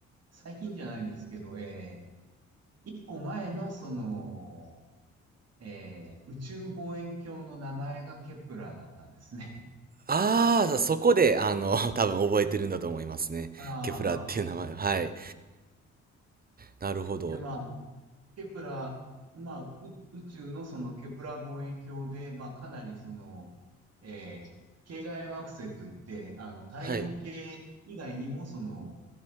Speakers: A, on the right; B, on the right.
A: 最近じゃないんですけど、えー、一個前のその、えー宇宙望遠鏡の名前がケプラーだったんですね。
B: ああ、そこで、あの、<laughs> 多分覚えてるんだと思いますね。
A: <laughs> ああ、
B: ケプラーっていう名前。はい。なるほど。
A: で、まあ、ケプラ、まあ、う宇宙のそのケプラ望遠鏡で、まあ、かなりその、えー系外惑星といって、あの、太陽系以外にもその、
B: はい。